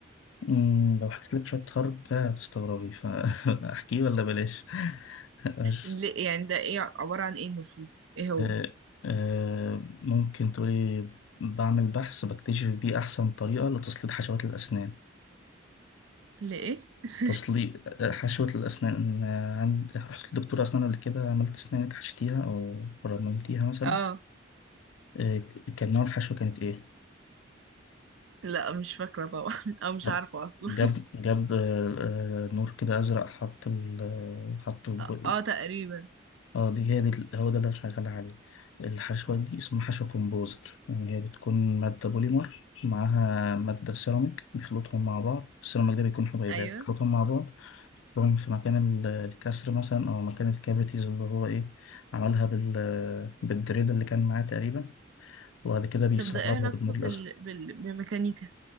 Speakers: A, on the left (about 75°); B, on the right (about 75°).
A: أمم، لو حكيت لك شوية تخرج ده هتستغربي فأحكيه <laughs> ولا بلاش <laughs> ماشي.
B: ليه يعني ده ايه عبارة عن ايه المفروض ايه هو
A: آه، آه، ممكن تقولي بعمل بحث بكتشف بيه أحسن طريقة لتسليط حشوات الأسنان
B: ليه <laughs>
A: تصليق آه، حشوة الأسنان آه، عند رحت لدكتور أسنان قبل كده عملت أسنانك حشيتيها أو رممتيها مثلا
B: اه
A: آه، كان نوع الحشوة كانت إيه؟
B: لا مش فاكرة طبعا او مش
A: طب
B: عارفة اصلا
A: جاب جاب آه، آه، نور كده أزرق حط ال آه، حط في بقي
B: <laughs> اه آه، تقريبا
A: اه دي هي دي هو ده اللي أنا شغال عليه الحشوة دي اسمها حشوة كومبوزر يعني هي بتكون مادة بوليمر معاها مادة سيراميك بيخلطهم مع بعض السيراميك ده بيكون حبيبات
B: ايوه
A: بيخلطهم مع بعض بروم في مكان ال- الكسر مثلا او مكان الكافيتيز اللي هو ايه عملها بال بالدريل اللي كان معاه تقريبا وبعد كده بيصلبها
B: طب ده ايه علاقته
A: بالنور
B: بال...
A: الازرق
B: بال... بالميكانيكا